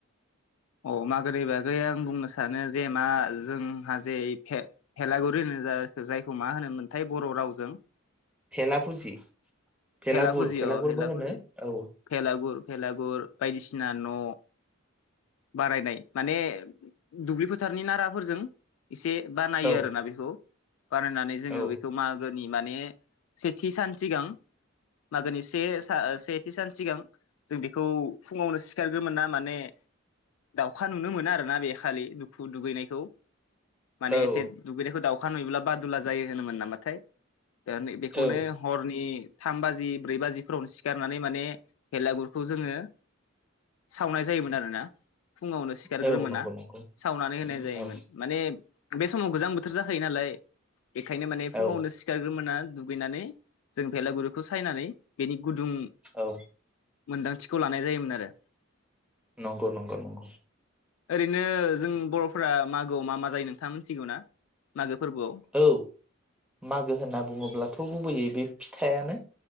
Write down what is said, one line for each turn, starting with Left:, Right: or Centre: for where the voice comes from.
Left: अ मागोनि बाग बे आं बुंनो सानो जे मा जोंहा जे भे भेलागुरि होनो जाय जायखौ मा होनोमोनथाय बर' रावजों
Centre: भेला फुजि भेलागुर
Left: भेला फुजि
Centre: भेलागुरबो
Left: अ भेला
Centre: होनो
Left: फुजि
Centre: औ
Left: भेलागुर भेलागुर बायदिसिना न' बारायनाय माने दुब्लि फोथारनि नाराफोरजों एसे बानायो
Centre: औ
Left: आरो ना बिखौ बानायनानै जोङो
Centre: औ
Left: बेखौ मागो नि माने सेथि सान सिगां मागोनि से सा से थि सान सिगां जों बेखौ फुङावनो सिखारग्रोमोना माने दाउखा नुनो मोना आरोना बे खालि दुखु दुगैनायखौ माने
Centre: औ
Left: एसे दुगैनायखौ दाउखा नुयोब्ला बादुला जायो होनोमोन नामाथाय दा नै बेखौनो
Centre: औ
Left: हरनि थाम बाजि ब्रै बाजिफोरावनो सिखारनानै माने भेरलागुरखौ जोङो सावनाय जायोमोन आरोना फुङावनो सिखारग्रोमोना
Centre: औ नंगौ नंगौ
Left: सावनानै होनाय जायोमोन
Centre: औ
Left: माने बे समाव गोजां बोथोर जाखायो नालाय बेखायनो माने फुङावनो
Centre: औ
Left: सिखारग्रोमोना दुगैनानै जों भेलागुर खौ सायनानै बिनि गुदुं
Centre: औ
Left: मोनदांथिखौ लानाय जायोमोन आरो
Centre: नंगौ नंगौ नंगौ
Left: ओरैनो जों बर'फोरा मागोआव मा मा जायो नोंथाङा मिथिगौ ना मागो फोरबोआव
Centre: औ मागो होनना बुङोब्लाथ' गुबैयै बे फिथा थायानो